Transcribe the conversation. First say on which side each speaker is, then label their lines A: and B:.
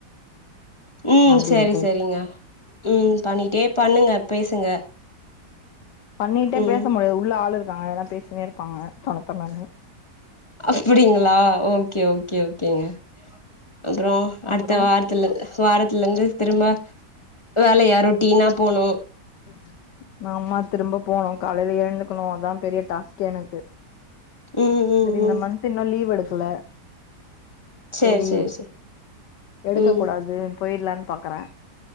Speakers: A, on the left; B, on the left.
A: ம்
B: அப்டின்ட்டு
A: செரி செரிங்க ம் பண்ணிட்டே பண்ணுங்க பேசுங்க
B: பண்ணிட்டே
A: ம்
B: பேச முடியாது உள்ள ஆளு இருக்காங்க அதல்லா பே சினே இருப்பாங்க தொண தொணன்னு
A: அப்டிங்களா ஓகே ஓகே ஓகேங்க அப்றோ
B: அப்புறோ
A: அடுத்த வார த்துல வாரத்துல இருந்து திரும்ப வேலய ரொட்டீனா போனு
B: ம் ம் ஆமா திரும்ப போணு காலையில எழுந்துக்கணு அதா பெரிய டாஸ்கே எனக்கு
A: ம் ம்
B: செரி இந்த
A: ம்
B: மந்த் இன்னு லீவ் எடுக்குல செரி
A: சேரி சேரி சேரி
B: எடுக்க
A: ம்
B: கூடாது போய்டலான்னு பாக்குறே